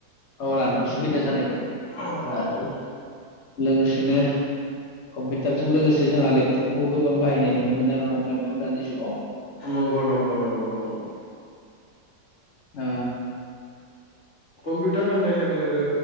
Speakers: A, on the left; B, on the left.
A: औ लानोबो सुबिदा जानाय बायदि।
B: औ औ।
A: आरो लोगोसेनो कम्पिउटारजों लोगोसे जोंहा लेपटपखौ गोबां बाहायनाय नुनो मोनो आरो नङा होनबा नोंथां दानि जुगाव
B: नंगौ नंगौ नंगौ नंगौ।
A: ओ
B: कम्पिउटार होननाय लोगो लोगो